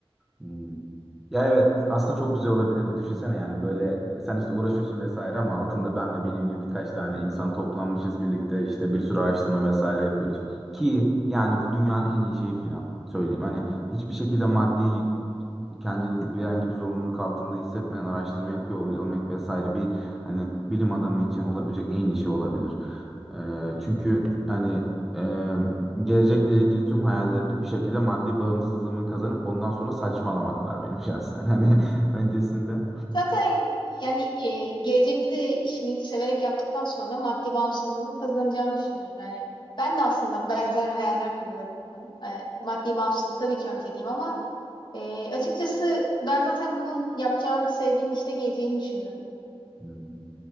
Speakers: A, in the centre; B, on the left.
A: Hmm. Ya evet aslında çok güzel olabilirdi. Düşünsene yani böyle e, sen işte uğraşıyorsun vesaire ama altında ben ve benim gibi birkaç tane insan toplanmışız birlikte işte bir sürü araştırma vesaire yapıyoruz. Ki yani bu dünyanın en iyi şeyi falan söyleyeyim. Hani hiçbir şekilde maddi kendini bir herhangi bir zorunluluk altında hissetmeden araştırma yapıyor ol- olmak vesaire bir hani bilim adamı için olabilecek en iyi şey olabilir. Ee, çünkü hani e, gelecekle ilgili tüm hayallerimde bir şekilde maddi bağımsızlığımı kazanıp ondan sonra saçmalamak var benim şahsen. <laughs> Hani öncesinde.
B: Zaten yani e, gelecekte de işini severek yaptıktan sonra maddi bağımsızlığını kazanacağını düşünüyorum. Yani ben de aslında benzer hayaller kuruyorum. E, maddi bağımsızlık tabii ki önceliğim ama e, açıkçası ben zaten bunun yapacağını sevdiğim işle geleceğini düşünüyorum.
A: Hmm.